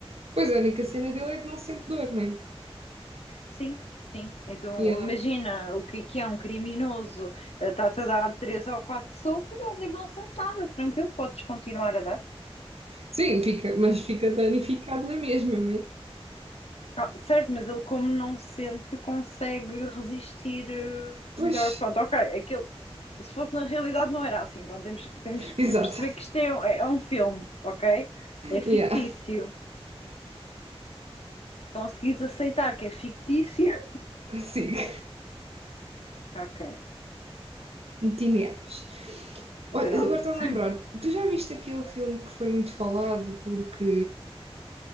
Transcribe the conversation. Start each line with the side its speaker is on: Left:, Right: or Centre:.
Right: Pois a única cena dele é que não sente dor, não é?
Left: Sim, sim. Então,
Right: Yeah.
Left: imagina o que é que é um criminoso. Eh, Está-te a dar três ou quatro socos, ele não sente nada, tranquilo, podes continuar a dar.
Right: Sim, fica, mas fica danificado na mesma, não é?
Left: Ah, certo, mas ele, como não sente, consegue resistir eh,
Right: Pois,
Left: melhor. Pronto, ok, aquilo, se fosse na realidade, não era assim. Pronto, temos, temos
Right: <laughs>
Left: que
Right: exato.
Left: perceber que isto é, um- é um filme, ok? É fictício.
Right: Yeah,
Left: Conseguis aceitar que é fictício? <laughs>
Right: <laughs> consigo.
Left: Ok,
Right: Metineves. Olha,
Left: pronto.
Right: agora estou-me a lembrar, tu já viste aquele filme que foi muito falado porque,